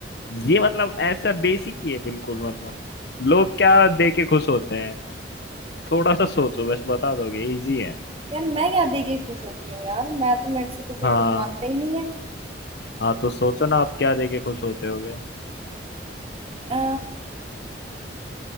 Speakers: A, on the left; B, on the right.
A: ये मतलब ऐसा बेसिक ही है बिल्कुल मतलब लोग क्या दे के खुश होते हैं थोड़ा सा सोचो बस बता दोगे इजी है
B: यार मैं क्या दे के खुश होती हूँ यार मैं तो मेरे से तो कोई
A: हाँ
B: कुछ मांगता ही नहीं है
A: हाँ तो सोचो ना आप क्या देके खुश होते होगे
B: अ,